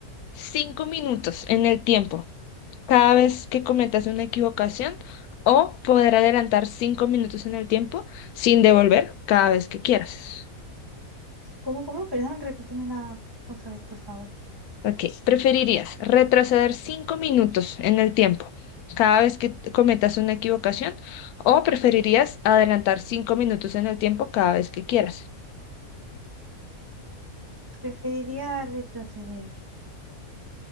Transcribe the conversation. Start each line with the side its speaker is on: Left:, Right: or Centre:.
Left: cinco minutos en el tiempo cada vez que cometas una equivocación o poder adelantar cinco minutos en el tiempo sin devolver cada vez que quieras.
Right: ¿cómo, cómo? Perdón, repítemela otra vez, por favor.
Left: Ok, ¿preferirías retroceder cinco minutos en el tiempo cada vez que cometas una equivocación o preferirías adelantar cinco minutos en el tiempo cada vez que quieras?
Right: Preferiría retroceder,